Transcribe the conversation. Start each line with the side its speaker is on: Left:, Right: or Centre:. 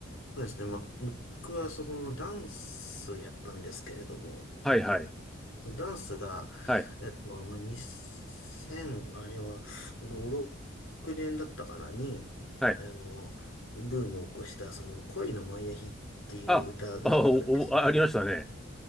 Left: そうですね。まあ、僕はそのダンスやったんですけれども、
Centre: はい、はい、
Left: そのダンスが、
Centre: はい、
Left: えっと、まあ、2000、あれは5、6年だったかなに、
Centre: はい、
Left: あの、ブームを起こしたその恋のマイアヒっていう歌があるんです。
Centre: あ、あ、お、おあありましたね。